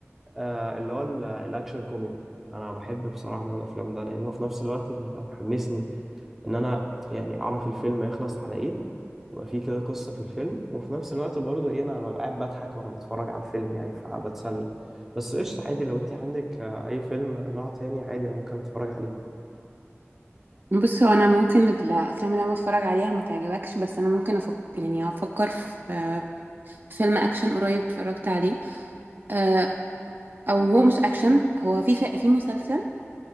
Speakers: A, in the centre; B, on the right (about 45°).
A: آه اللي هو ال- الاكشن كوميدي انا بحب بصراحه نوع الافلام ده لانه في نفس الوقت بيبقى محمسني ان انا يعني اعرف الفيلم هيخلص على ايه يبقى فيه كده قصه في الفيلم وفي نفس الوقت برضه ايه انا ببقى قاعد بضحك وانا بتفرج على الفيلم يعني فبتسلى بس قشطه عادي لو انت عندك آه، اي فيلم نوع تاني عادي انا ممكن اتفرج عليه
B: بص هو انا ممكن الافلام اللي انا بتفرج عليها ما تعجبكش بس انا ممكن افكر يعني افكر في في فيلم اكشن قريب اتفرجت عليه آه، او هو مش اكشن هو في في مسلسل